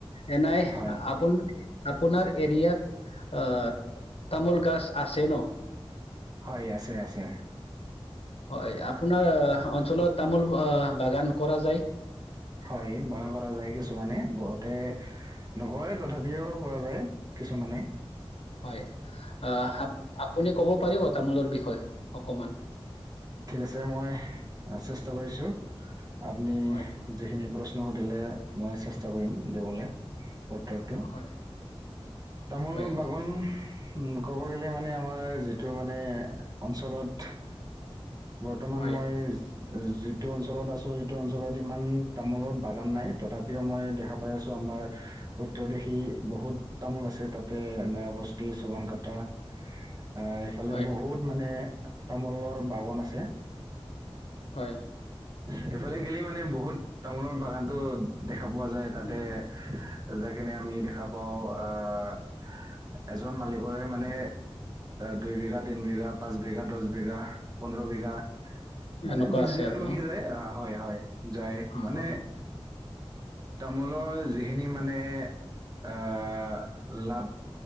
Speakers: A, on the left; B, on the right.
A: এ নাই
B: হয়
A: আপুনি আপোনাৰ এৰিয়াত আহ তামোল গছ আছে ন।
B: হয়ঁ আছে আছে।
A: হয়ঁ! আপোনাৰ অঞ্চলত তামোল বাগান কৰা যায়।
B: হয়ঁ বাগান কৰা যায় কিছুমানে বহুতে নকৰে তথাপিও কৰা যায় কিছুমানে।
A: হয় আহ আপুনি ক'ব পাৰিব তামোলৰ বিষয়ে অকমান।
B: ঠিক আছে মই চেষ্টা কৰিছো আপুনি
A: হয়,
B: যিখিনি প্ৰশ্ন সুধিলে মই চেষ্টা কৰিম দিবলে। উত্তৰটো,
A: হয়,
B: তামোল
A: হয়,
B: বাগন ক'ব গ'লে মানে আমাৰ যিটো মানে অঞ্চলত বৰ্তমান
A: হয়,
B: মই যিটো অঞ্চলত আছো সটো অঞ্চলত ইমান তামোলৰ বাগান নাই তথাপিও মই দেখা পাই আছো। ত' আমাৰ উত্তৰ দিশি বহুত তামোল আছে, তাতে ন বস্তি চবন কাটা। আহ সেইফালে
A: হয়,
B: বহুত মানে তামোলৰ বাগান আছে।
A: হয়।
B: সেইফালে গিলি মানে বহুত তামোলৰ বাগানতটো দেখা পোৱা যায়
A: উম,
B: তাতে যাই কেনে আমি দেখা পাওঁ আহ এজন মালিকৰে মানে দুই বিঘা তিন বিঘা পাঁচ বিঘা দহ বিঘা। সোতৰ বিঘা মানে
A: এনেকুৱা
B: বিশ
A: আছে
B: বিঘাত
A: আৰু
B: লগি
A: ন?
B: যায় আহ হয় হয় যায়
A: হয়,
B: মানে তামোলৰ যিখিনি মানে আহ লাভ